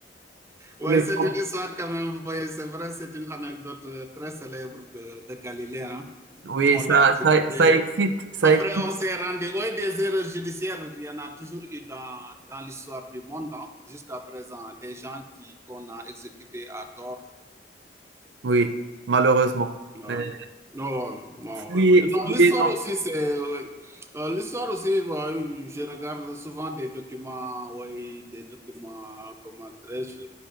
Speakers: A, on the right; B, on the right.
A: ouais,
B: oui,
A: c'est
B: bon.
A: une histoire quand même, ouais, c'est vrai, c'est une anecdote euh, très célèbre de, de Galilée. hein.
B: oui,
A: On
B: ça,
A: l'a exécuté.
B: ça, ça excite, ça
A: Après,
B: excite,
A: on s'est rendu. Oui, des erreurs judiciaires, il y en a toujours eu dans, dans l'histoire du monde. hein. Jusqu'à présent, des gens qui qu'on a exécutés à tort
B: oui, malheureusement.
A: Non,
B: Mais-
A: non, non,
B: oui,
A: ouais, ouais. Non,
B: oui,
A: l'histoire
B: non.
A: aussi, c'est. ouais. Euh, l'histoire aussi, ouais, je regarde souvent des documents, ouais, des documents, comment dirais-je,